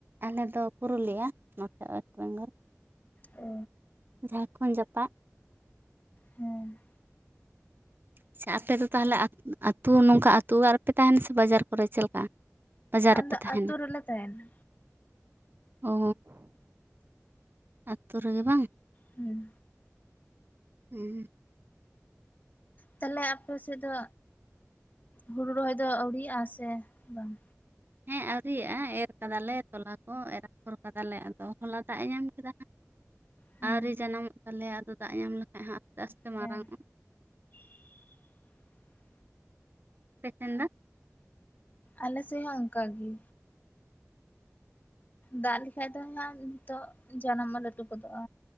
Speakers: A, on the right; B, on the left.
A: ᱟᱞᱮ ᱫᱚ ᱯᱩᱨᱩᱞᱤᱭᱟᱹ ᱱᱚᱛᱮ ᱣᱮᱥᱴ ᱵᱮᱝᱜᱚᱞ ᱾
B: ᱚ
A: ᱡᱷᱟᱲᱠᱷᱚᱸᱰ ᱡᱟᱯᱟᱜ ᱾
B: ᱦᱮᱸ
A: ᱟᱪᱪᱷᱟ ᱟᱯᱮ ᱫᱚ ᱛᱟᱦᱚᱞᱮ ᱟᱹᱛᱩ ᱱᱚᱝᱠᱟ ᱟᱹᱛᱩ ᱚᱲᱟᱜ ᱨᱮᱯᱮ ᱛᱟᱦᱮᱱᱟ ᱥᱮ ᱵᱟᱡᱟᱨ ᱠᱚᱨᱮ ᱪᱮᱫ ᱞᱮᱠᱟ? ᱵᱟᱡᱟᱨ
B: ᱟᱞᱮ
A: ᱨᱮᱯᱮ
B: ᱫᱚ
A: ᱛᱟᱦᱮᱱᱟ
B: ᱟᱹᱛᱩ ᱨᱮᱞᱮ ᱛᱟᱦᱮᱱᱟ
A: ᱚ ᱟᱹᱛᱩ ᱨᱮᱜᱮ ᱵᱟᱝ
B: ᱦᱩᱸ
A: ᱦᱮᱸ
B: ᱛᱟᱦᱞᱮ ᱟᱯᱮ ᱥᱮᱫ ᱫᱚ ᱦᱩᱲᱩ ᱨᱚᱦᱚᱭ ᱫᱚ ᱟᱹᱣᱨᱤᱭᱜᱼᱟᱥ ᱵᱟᱝ
A: ᱦᱮᱸ ᱟᱹᱣᱨᱤᱭᱟᱜᱼᱟ ᱮᱨ ᱠᱟᱫᱟᱞᱮ ᱛᱚᱞᱟ ᱠᱚ ᱮᱨᱯᱷᱚᱨ ᱠᱟᱫᱟᱞᱮ ᱟᱫᱚ ᱦᱚᱞᱟ ᱫᱟᱜ ᱮ ᱧᱟᱢ ᱠᱮᱫᱟ ᱦᱟᱸᱜ
B: ᱦᱮᱸ
A: ᱟᱹᱣᱨᱤ ᱡᱟᱱᱟᱢᱚᱜ ᱛᱟᱞᱮᱭᱟ ᱟᱫᱚ ᱫᱟᱜ ᱧᱟᱢ ᱞᱮᱠᱷᱟᱡ ᱦᱚᱸ ᱟᱥᱛᱮ ᱟᱥᱛᱮ ᱢᱟᱨᱟᱝ
B: ᱦᱮᱸ
A: ᱚᱜᱼᱟ
B: <inaudible>
A: ᱟᱯᱮᱥᱮᱱ ᱫᱚ
B: ᱟᱞᱮ ᱥᱮᱡ ᱦᱚᱸ ᱚᱱᱠᱟ ᱜᱮ ᱫᱟᱜ ᱞᱮᱠᱷᱟᱡ ᱫᱚ ᱦᱟᱜ ᱱᱤᱛᱚᱜ ᱡᱟᱱᱟᱢᱟᱜ ᱞᱟᱹᱴᱩ ᱜᱚᱫᱚᱜᱼᱟ